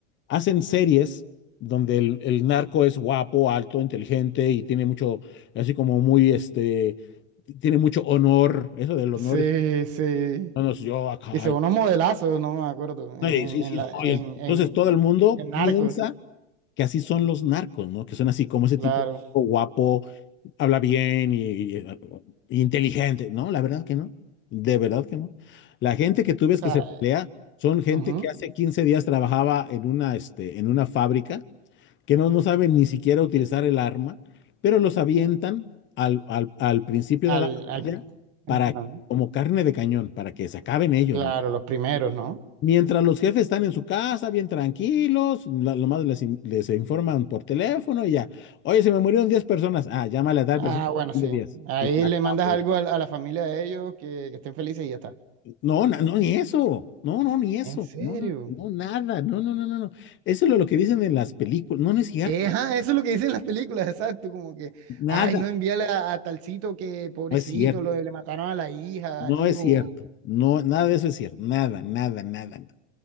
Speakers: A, on the left; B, on the right.
A: hacen series donde el, el narco es guapo, alto, inteligente y tiene mucho, así como muy, este, tiene mucho honor, eso del honor
B: Sí,
A: es,
B: sí.
A: no, no, si yo acá,
B: Hizo unos modelazos, no me acuerdo, en,
A: no,
B: en,
A: y sí,
B: en
A: sí,
B: Sí, la,
A: no,
B: sí,
A: y
B: en,
A: el- entonces
B: sí. en,
A: todo el mundo
B: en Narcos,
A: piensa que así son los narcos, ¿no? Que son así como ese
B: claro.
A: tipo guapo, habla bien y, y- y inteligente. No, la verdad que no. De verdad que no. La gente que tú
B: O
A: ves
B: sea,
A: que se pelea son gente
B: ujú.
A: que hace 15 días trabajaba en una, este, en una fábrica, que no, no saben ni siquiera utilizar el arma, pero los avientan al, al al principio
B: Al,
A: de la batalla
B: al,
A: para,
B: ajá.
A: como carne de cañón, para que se acaben ellos,
B: Claro,
A: ¿no?
B: los primeros, ¿no?
A: Mientras los jefes están en su casa, bien tranquilos, lo, lo más les, in- les informan por teléfono y ya. Oye, se me murieron 10 personas. Ah, llámale a tal
B: Ah,
A: persona
B: bueno,
A: son
B: sí.
A: de diez
B: Ahí
A: Y se acabó.
B: le mandas algo a, a la familia de ellos que, que estén felices y ya está.
A: No, na- no, ni eso. No, no, ni eso.
B: ¿En serio?
A: No, no, no, nada. No, no, no, no, no. Eso es lo que dicen en las películas. No, no es cierto.
B: Eh, ajá, eso es lo que dicen las películas, exacto, como que,
A: Nada.
B: ay, no envíale a, a talcito que pobrecito,
A: No es cierto.
B: lo, le mataron a la hija,
A: No
B: al hijo,
A: es cierto. No, nada de eso es cierto. Nada, nada, nada, nada.